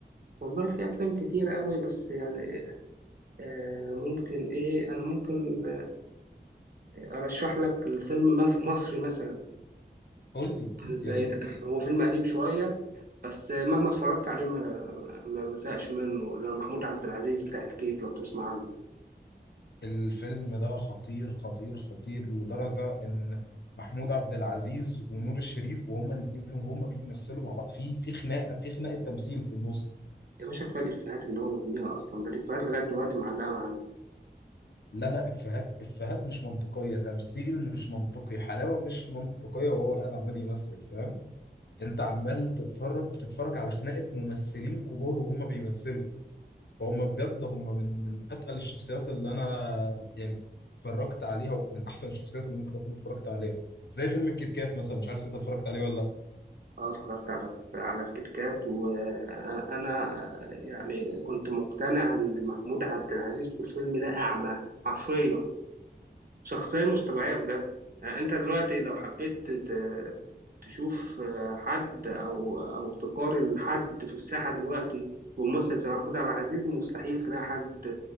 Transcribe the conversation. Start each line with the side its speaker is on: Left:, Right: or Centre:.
Right: والله في أفلام كتيرة أوي بس يعني آه ممكن إيه أنا ممكن ارشح لك فيلم مس- مصري مثلا
Left: قول لي
Right: زي
Left: يا ريت
Right: هو فيلم قديم شويه بس مهما اتفرجت عليه ما ما بزهقش منه لو محمود عبد العزيز بتاع الكيف لو تسمع عنه
Left: الفيلم ده خطير خطير خطير لدرجة ان محمود عبد العزيز ونور الشريف وهما الاثنين وهما بيمثلوا مع بعض في في خناقة في خناقة تمثيل في النص
Right: يا باشا كفايه الافيهات اللي هو بيرميها اصلا ده الافيهات لغايه دلوقتي معلقه معانا
Left: لا لا افيهات افيهات مش منطقيه تمثيل مش منطقي حلاوه مش منطقيه وهو قاعد عمال يمثل فاهم انت عمال تتفرج بتتفرج على خناقه ممثلين كبار وهم بيمثلوا فهم بجد هم من من اتقل الشخصيات اللي انا يعني اتفرجت عليها ومن احسن الشخصيات اللي ممكن اكون اتفرجت عليها زي فيلم الكيت كات مثلا مش عارف انت اتفرجت عليه ولا لا
Right: اه اتفرجت على على الكتكات وانا يعني كنت مقتنع ان محمود عبد العزيز في الفيلم ده اعمى حرفيا شخصية مش طبيعية بجد يعني انت دلوقتي لو حبيت ت- تشوف آه، حد او او تقارن حد في الساحة دلوقتي بممثل زي محمود عبد العزيز مستحيل تلاقي حد